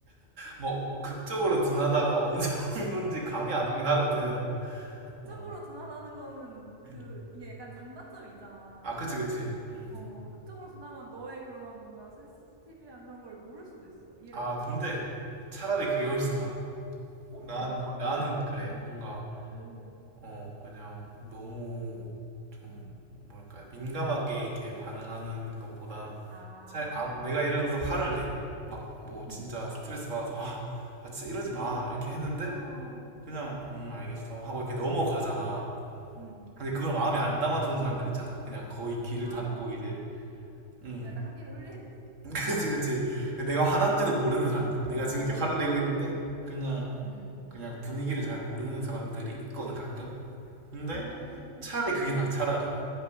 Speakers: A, on the right; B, on the right.
A: 뭐, 극적으로 둔하다가 어느 <laughs> 정도인지 감이 안 오긴 하거든.
B: <laughs> 극적으로
A: 어,
B: 둔하다는 거는 그,
A: 음.
B: 이게 약간 장단점이 있잖아.
A: 아, 그치, 그치. 음.
B: 어, 극적으로 둔하면 너의 그런 뭔가 센시티비한 그런 걸 모를 수도 있어. 이해를
A: 아,
B: 못
A: 근데
B: 하거나.
A: 차라리
B: 어.
A: 그게 훨씬 나아.
B: 오,
A: 난,
B: 진짜?
A: 나는
B: 왜?
A: 그래.
B: 어,
A: 뭔가
B: 오.
A: 어, 그냥 너무
B: 음,
A: 좀
B: 음, 음,
A: 뭐랄까 민감하게
B: 음.
A: 이렇게 반응하는 것보단
B: 아,
A: 잘 아, 내가 예를 들어서 화를 내. 막 뭐
B: 어,
A: 진짜 스트레스 받아서 아, 아, 진짜 이러지
B: 오,
A: 마. 이렇게 했는데
B: 어,
A: 그냥 음 알겠어 하고 이렇게 넘어가잖아.
B: 음,
A: 근데
B: 음.
A: 그걸 마음에 안 담아두는 사람들 있잖아. 그냥 거의 귀를
B: 아,
A: 닫고 이제 음
B: 약간 한기를 흘리,
A: <laughs> 그치 그치 내가 화난지도
B: <laughs> 어,
A: 모르는 사람들. 내가
B: 아,
A: 지금 이렇게 화를 내고 있는데 그냥
B: 음,
A: 그냥 분위기를 잘 모르는 사람들이 있거든 가끔. 근데
B: 오,
A: 차라리 그게 나 차라리.